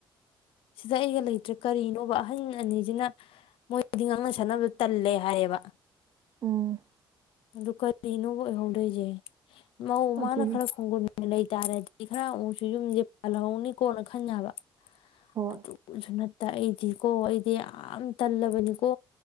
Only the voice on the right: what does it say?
ꯎꯝ
ꯑꯗꯨꯅꯤ
ꯍꯣꯏ